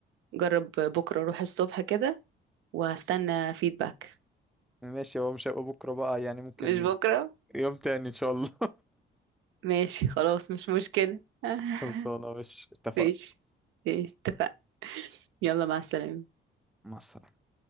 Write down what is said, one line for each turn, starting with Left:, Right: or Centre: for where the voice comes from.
Right: جرب بكره روح الصبح كده وهستنى فيدباك
Centre: ماشي هو مش هيبقى بكرة بقى يعني ممكن
Right: مش بكره
Centre: يوم تاني ان شاء الله
Right: ماشي خلاص مش مشكله <laughs>
Centre: <laughs> خلصانة مش اتفق
Right: ماشي ماشي اتفقنا يلا مع السلامة
Centre: مع السلامة